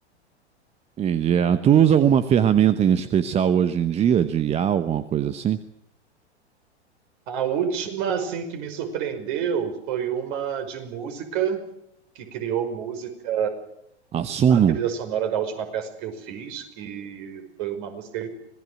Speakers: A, on the right (about 20°); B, on the right (about 45°).
A: Entendi. É, Tu usa alguma ferramenta em especial hoje em dia de IA, alguma coisa assim?
B: A última, assim, que me surpreendeu foi uma de música, que criou música,
A: Assuno?
B: a trilha sonora da última peça que eu fiz, que foi uma música